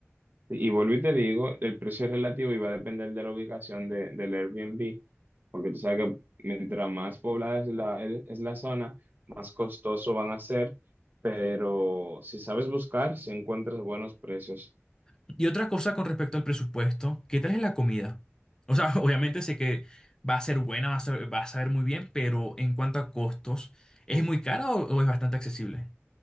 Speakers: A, on the right (about 40°); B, on the left (about 15°).
A: Y vuelvo y te digo, el precio es relativo y va a depender de la ubicación de, del Airbnb, porque tú sabes que mientras más poblada es la, es la zona, más costoso van a ser, pero si sabes buscar, si encuentras buenos precios.
B: Y otra cosa con respecto al presupuesto, ¿qué tal es la comida? O sea, <laughs> obviamente sé que va a ser buena, va a ser- va a saber muy bien, pero en cuanto a costos, ¿es muy cara o o es bastante accesible?